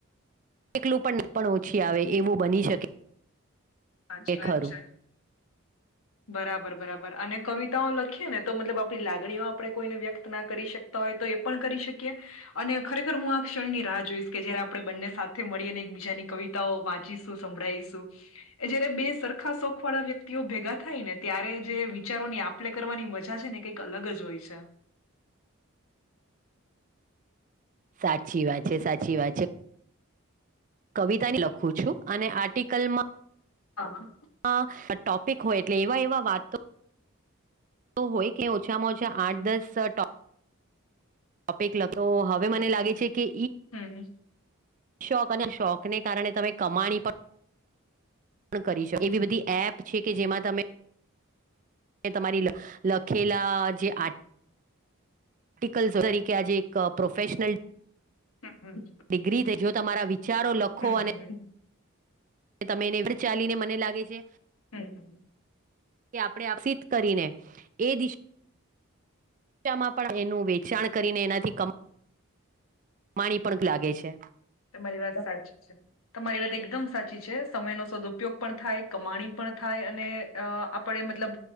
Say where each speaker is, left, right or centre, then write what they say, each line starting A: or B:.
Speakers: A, on the right; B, on the left.
A: એકલું પણ ના પણ ઓછી આવે એવું બની શકે
B: સાચી
A: એ
B: વાત
A: ખરું
B: છે બરાબર બરાબર અને કવિતાઓ લખીએ ને તો મતલબ આપણી લાગણીઓ આપણે કોઈને વ્યક્ત ના કરી શકતા એ પણ કરી શકીએ અને ખરેખર હું આ ક્ષણની રાહ જોઈશ કે જયારે આપણે બંને સાથે મળીને બીજાની કવિતાઓ વાંચીશું સંભળીશું જયારે બે સરખા શોખ વાળા વ્યક્તિઓ ભેગા થ થાય ને ત્યારે જે વિચારોની આપલે કરવાની મજા છે ને કંઈક અલગ જ હોય છે
A: <unintelligible> સાચી વાત છે સાચી વાત છે કવિતાની લખું છું અને આર્ટિકલમાં
B: હા
A: હા ટોપિક હોય એટલે એવા એવા વાતો તો હોય કે ઓછામાં ઓછા
B: હમ
A: આઠ દસ ટો ટોપિક તો હવે મને લાગે છે કે
B: હમ
A: શોખ અને શોખને કારણે તમે કમાણી પણ પણ કરી શકો એવી બધી એપ છે કે જેમાં તમે તમારી લખેલા જે આ આર્ટિકલ્સ તરીકે આજે એક પ્રોફેશનલ
B: હમ હમ
A: ડિગ્રીથી જો તમારા વિચારો લખો
B: હમ
A: અને તમે એને એવત ચાલી ને મને લાગે છે
B: હમ હ
A: તે આપણે આપસિત કરીને એ દિશા બચામાં પણ એનું વેચાણ કરીને એનાથી કમ માણી પણ લાગે છે
B: તમારી વાત સાચી છે તમારી વાત એકદમ સાચી છે સમય ન સદઉપયોગ પણ થાય કમાણી પણ થ આપણે મતલબ